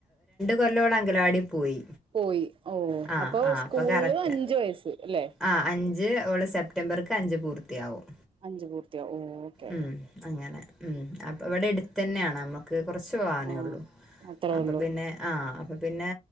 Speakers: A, in the centre; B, on the right.
A: കൊല്ലോള് അങ്കലാടി പോയി
B: പോയി ഓ
A: ആഹ്
B: അപ്പൊ
A: ആഹ്
B: സ്കൂളില്
A: കറക്റ്റ്
B: അഞ്ചു വയസ്സ് അല്ലെ
A: ആഹ് അഞ്ച് ഓള് സെപ്റ്റംബർക്ക് അഞ്ച് പൂർത്തിയാവും
B: അഞ്ച് പൂർത്തിയ ഓ ഓക്കെ
A: ഉം അങ്ങനെ ഉം അപ്പൊ ഇവിടെ എടുത്തന്നെയാണ് അപ്പൊ റച് പോവാനൊള്ളു
B: ആഹ് അത്രേ
A: അപ്പോ
B: ഉള്ളൂ
A: പിന്നെ ആഹാ അപ്പൊ പിന്നെ